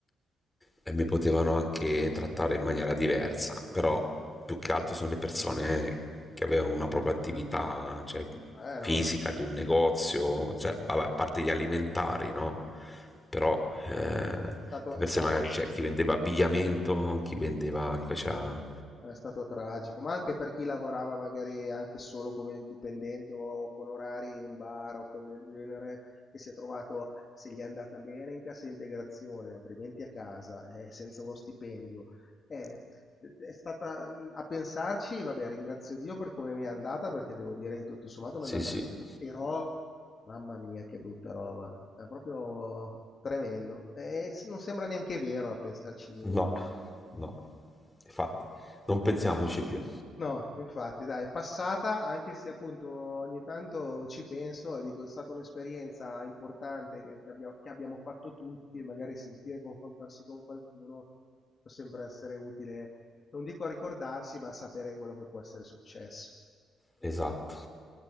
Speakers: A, on the left; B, on the left.
A: e mi potevano anche trattare in maniera diversa, però più che altro sono le persone che avevano una propria attività, cioè,
B: Eh,
A: fisica
B: no, no, no, no,
A: di un negozio, cioè, vabbè, a parte gli alimentari, no? Però eh,
B: no, è stato,
A: di per
B: è stato
A: sé magari c'è cioè, chi vendeva abbigliamento, chi vendeva, chi faceva...
B: È stato tragico, ma anche per chi lavorava magari anche solo come dipendente o con orari in un bar o cose del genere, che si è trovato, se gli è andata bene, in cassa integrazione, altrimenti a casa, eh, senza uno stipendio. Eh, è stata a pensarci, vabbè, ringrazio Dio per come mi è andata, perché devo dire che tutto sommato
A: Sì,
B: mi è andata
A: sì,
B: bene, però, mamma mia, che brutta roba, è proprio tremendo. E non sembra neanche vero a pensarci di
A: no,
B: nuovo.
A: no, infatti, non pensiamoci più.
B: No, infatti, dai, è passata, anche se appunto ogni tanto ci penso e dico, è stata un'esperienza importante che, che abbia- che abbiamo fatto tutti e magari sentire, confrontarsi con qualcuno può sempre essere utile, non dico a ricordarsi, ma a sapere quello che può essere successo.
A: Esatto.